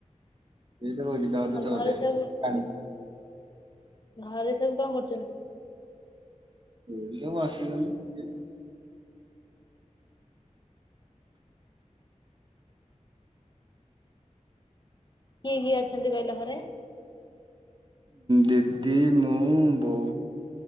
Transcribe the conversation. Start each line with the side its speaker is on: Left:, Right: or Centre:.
Right: ଏଇ ତ କଉଚି ଡାରୁଚ
Left: ଆଉ
Right: ବୋଧେ
Left: ଘରେ ସବୁ
Right: ପା
Left: ଘରେ ସବୁ କଣ କରୁଛନ୍ତି।
Right: ଏଇ ସବୁ ବସିଚନ୍ତି।
Left: କିଏ କିଏ ଅଛନ୍ତି କହିଲ ଘରେ।
Right: ଦିଦି ମୁଁ ବଉ।